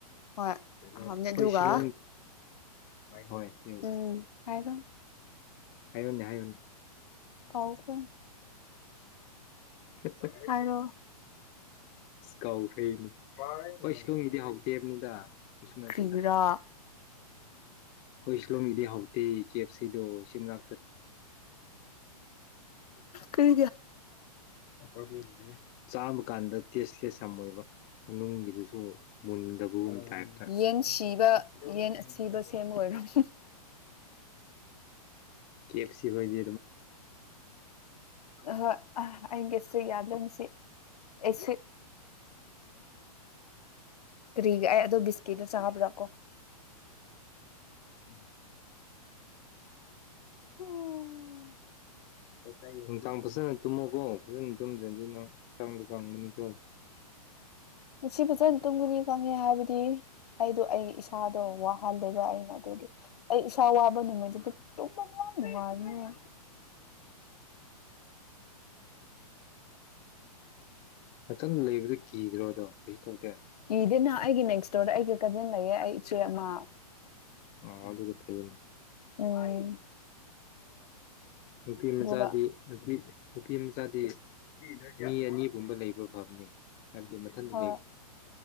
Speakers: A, on the left; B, on the left.
A: ꯍꯣꯏ
B: ꯑꯩꯈꯣꯏ
A: ꯍꯥꯎꯕꯅꯦ ꯑꯗꯨꯒ
B: ꯁꯤꯂ ꯍꯣꯏ ꯍ
A: ꯎꯝ ꯍꯥꯏꯔꯣ
B: ꯍꯥꯏꯅꯦ ꯍꯥꯏꯅꯤ
A: ꯑꯥꯎ ꯍꯣꯏ
B: <inaudible> ꯑꯁ
A: ꯍꯥꯏꯔꯣ
B: ꯀꯥꯎꯈ꯭ꯔꯩꯅꯦ ꯍꯣꯏ ꯁꯤꯂꯣꯡꯒꯤꯗꯤ ꯍꯥꯎꯗꯦꯕꯅꯤꯗ ꯕꯤꯁꯅꯥꯊꯗ
A: ꯀ꯭ꯔꯤꯒꯤꯔꯥ
B: ꯍꯣꯏ ꯏ ꯏꯁꯂꯣꯝ ꯏꯗꯤ ꯍꯧꯥꯎꯇꯤ ꯀꯦ ꯑꯦꯐ ꯁꯤꯗꯣ ꯁꯤꯝꯅꯥ
A: ꯀꯩ
B: ꯎ ꯆꯥꯕ ꯀꯥꯟꯗ ꯇꯦꯁꯂꯦꯁ ꯌꯥꯝ ꯑꯣꯏꯕ ꯃꯅꯨꯡꯒꯤꯗꯨꯁꯨ ꯃꯨꯟꯗꯕꯒꯨꯝ <unintelligible>
A: ꯌꯦꯟ ꯁꯤꯕ ꯌꯦꯟ ꯑꯁꯤꯕ ꯁꯦꯝꯕ ꯑꯣꯏꯔꯝꯅꯤ
B: ꯀꯐ ꯁꯤ ꯍꯗꯤ
A: ꯍ ꯍꯒꯦꯁ ꯌꯥꯗꯁꯤ ꯑꯦꯁ ꯀꯔꯤꯒ ꯑꯣ ꯕꯤꯁꯀꯤꯠ ꯆꯥꯕ꯭ꯔꯥ ꯑꯣ
B: ꯎꯝ
A: ꯑꯣ
B: ꯑꯩ ꯅꯨꯡꯗꯥꯡ ꯐꯖꯅ ꯇꯨꯝꯃꯣꯀꯣ ꯐꯖꯅ ꯇꯨꯝꯗ꯭ꯔꯗꯤ ꯅꯪꯛ ꯆꯥꯡꯗꯣ ꯀꯪꯒꯅꯤꯀꯣ
A: ꯃꯁꯤ ꯐꯖꯅ ꯇꯨꯝꯒꯅꯤ ꯈꯪꯉꯦ ꯍꯥꯏꯕꯗꯤ ꯑꯩꯗꯣ ꯑꯩ ꯏꯁꯥꯗꯣ ꯋꯥꯍꯜꯂꯦꯕ ꯑꯩꯅ ꯑꯗꯨꯗꯤ ꯑꯩ ꯏꯁꯥ ꯅ ꯃꯗꯨ ꯇꯅꯅ ꯑꯔ
B: ꯑꯈꯤꯇꯪ ꯂꯩꯕ ꯀꯤꯗ꯭ꯔꯣꯗꯣ ꯀꯩꯁꯨ ꯇꯧꯗꯦ
A: ꯀꯤꯗꯅ ꯑꯩꯒꯤ ꯅꯦꯛꯁ ꯗꯣꯔꯗ ꯑꯩꯒꯤ ꯀꯖꯤꯟ ꯂꯩꯌꯦ ꯑꯩ ꯏꯆꯦ ꯑꯃ
B: ꯑ ꯑꯗꯨ ꯑꯗꯨꯗꯤ ꯊꯩꯅꯤ
A: ꯎ ꯑꯦ
B: ꯅꯨꯄꯤ
A: ꯑꯗꯨꯒ
B: ꯃꯆꯥꯗꯤ ꯅꯨꯄꯤ ꯅꯨꯄꯤ ꯃꯆꯥꯗꯤ ꯃꯤ ꯑꯅꯤꯒꯨꯝꯕ ꯂꯩꯕ ꯐꯝꯅꯤ ꯍꯥꯏꯗꯤ ꯃꯊꯪꯗ
A: ꯍꯣꯏ